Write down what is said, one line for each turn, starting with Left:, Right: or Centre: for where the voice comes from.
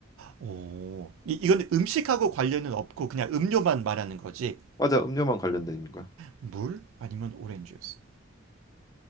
Right: 오, 이, 이건 음식하고 관련은 없고 그냥 음료만 말하는 거지.
Left: 과자 음료만 관련돼 있는 거야.
Right: 물 아니면 오렌지 주스.